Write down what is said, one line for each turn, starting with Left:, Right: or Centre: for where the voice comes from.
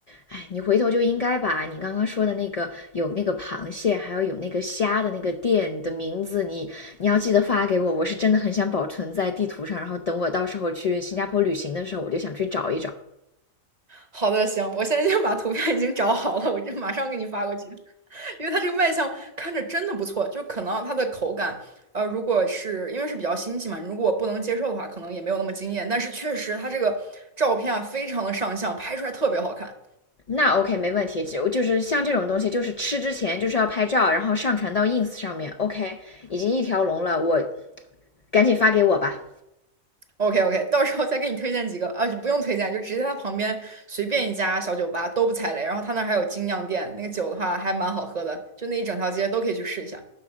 Left: 哎，你回头就应该把你刚刚说的那个有那个螃蟹，还要有那个虾的那个店的名字，你你要记得发给我。我是真的很想保存在地图上，然后等我到时候去新加坡旅行的时候，我就想去找一找。
Right: 好的，行，我现在已经把图片已经找好了，我就马上给你发过去。<laughs> 因为它这个卖相看着真的不错，就可能它的口感，呃，如果是因为是比较新奇嘛，如果我不能接受的话，可能也没有那么惊艳。但是确实它这个照片啊，非常的上相，拍出来特别好看。
Left: 那 OK，没问题。就就是像这种东西，就是吃之前就是要拍照，然后上传到 ins 上面。OK，已经一条龙了，我赶紧发给我吧。
Right: OK OK，<laughs> 到时候再给你推荐几个啊，就不用推荐，就直接他旁边随便一家小酒吧都不踩雷，然后他那儿还有精酿店，那个酒的话还蛮好喝的，就那一整条街都可以去试一下。